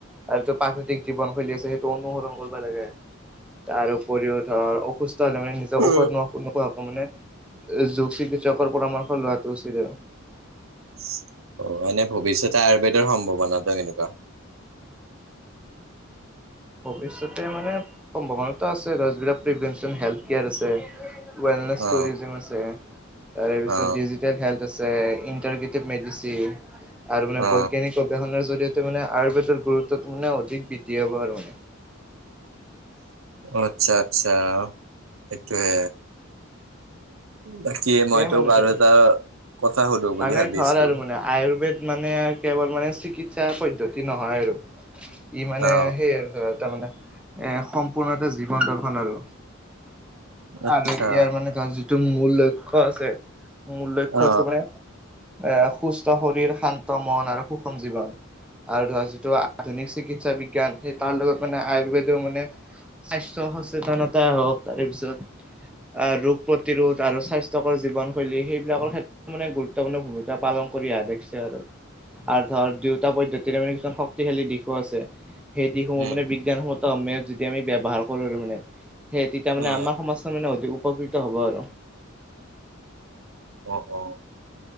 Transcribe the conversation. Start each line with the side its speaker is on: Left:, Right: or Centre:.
Centre: আৰু য প্ৰাকৃতিক জীৱনশৈলী আছে সেই অনুসৰণ কৰিব লাগে তাৰ উপৰিও ধৰ অসুস্থ হলে মানে ঔষধ
Right: অ
Centre: নো নোখোৱাকৈ মানে যোগ চিকিৎসকৰ পৰামৰ্শ লোৱাটো উচিত আৰু।
Right: অ, মানে ভৱিষ্যতে আয়ুৰ্বেদৰ সম্ভাৱনাতো এনেকুৱা?
Centre: ভৱিষ্যতে মানে সম্ভাৱনাতো আছে ধৰ যিবিলাক প্ৰিভেন্সন হেল্প কেয়াৰ আছে। ৱেলনেছ
Right: অ
Centre: টুৰিজম আছে তাৰে পিছত
Right: অ
Centre: টেল হেল্থ আছে, ইন্টাৰকেটিব মেডিচিন আৰু মানে
Right: অ
Centre: বৈজ্ঞানিক গৱেষণাৰ জৰিয়ত মানে আয়ুৰ্বেদৰ গুৰুত্বটো মানে অধিক বৃদ্ধি হব আৰু মানে।
Right: অ, আচ্ছা-আচ্ছা সেইটোয়ে। বাকী
Centre: সেই
Right: মই তোক
Centre: মানে
Right: আৰু
Centre: ধৰ,
Right: এটা কথা সুধো বুলি
Centre: মানে
Right: ভাবিছো
Centre: থৰ আৰু মানে আয়ুৰ্বেদ মানে কেৱল মানে চিকিৎসা পদ্ধতি নহয় আৰু। ই মানে
Right: অ
Centre: সেই আৰু তাৰমানে এ সম্পূৰ্ণ এটা জীৱন দৰ্শন আৰু,
Right: আচ্ছা
Centre: আৰু ইয়াৰ মানে কাৰ মূল লক্ষ্য আছে, মূল লক্ষ্যটো
Right: অ
Centre: মানে এ সুস্থ শৰীৰ, শান্ত মন আৰু সুষম জীৱন। আৰু ধৰ যিটো আধুনিক চিকিৎসা বিজ্ঞান সেই তাৰ লগত মানে আয়ুৰ্বেদেও মানে স্বাস্থ্য সচেতনতা হওক তাৰপিছত আহ ৰোগ প্ৰতিৰোধ আৰু স্বাস জীৱনশৈলী সেইবিলাকৰ ক্ষেত্ৰত মানে গুৰুত্বপূৰ্ণ ভূমিকা পালন কৰি অহা দেখিছে আৰু। আৰু ধৰ দুয়োটা পদ্ধতিৰে মানে কিছুমান শক্তিশালী দিশো আছে, সেই দিশসমূহ
Right: উম
Centre: মানে বিজ্ঞানসন্মত যদি আমি ব্যৱহাৰ কৰোঁ মানে সেই তেতিয়া মানে
Right: অ
Centre: আমাৰ সমাজাৰ মানে উপকৃত হ'ব আৰু।
Right: অ, অ।